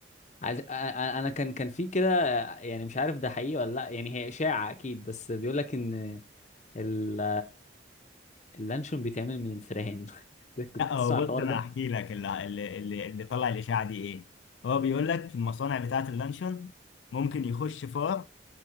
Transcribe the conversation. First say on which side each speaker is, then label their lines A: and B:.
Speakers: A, on the left; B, on the left.
A: عايز... أ- أ- انا كان كان في كده يعني مش عارف ده حقيقي ولا لا يعني هي إشاعة اكيد بس بيقول لك ان ال... اللانشون بيتعمل من الفئران <laughs>
B: <laughs>
A: كنت
B: لا هو
A: تسمع الحوار
B: بص انا
A: ده
B: هحكي لك اللي اللي اللي اللي طلع الاشاعه دي ايه هو بيقول لك في المصانع بتاعه اللانشون ممكن يخش فار